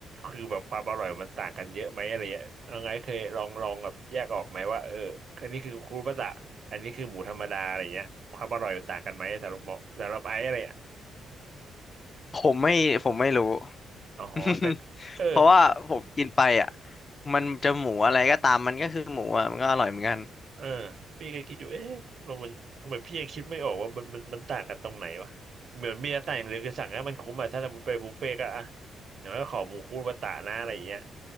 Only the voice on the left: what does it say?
<laughs> ผมไม่ผมไม่รู้
<laughs> เพราะว่าผมกินไปอ่ะมันจะหมูอะไรก็ตามมันก็คือหมูอ่ะมันก็อร่อยเหมือนกัน